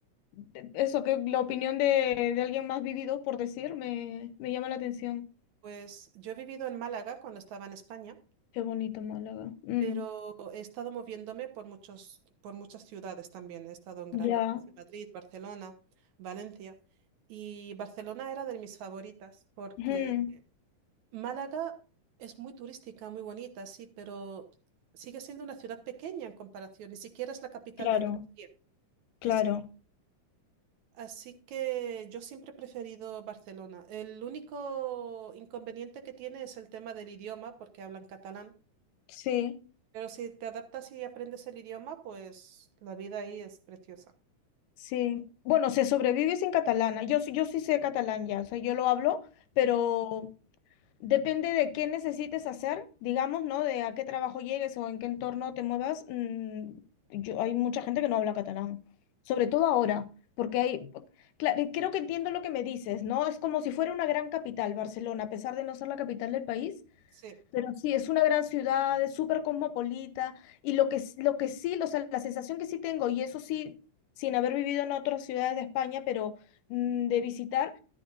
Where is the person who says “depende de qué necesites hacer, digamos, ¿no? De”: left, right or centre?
Left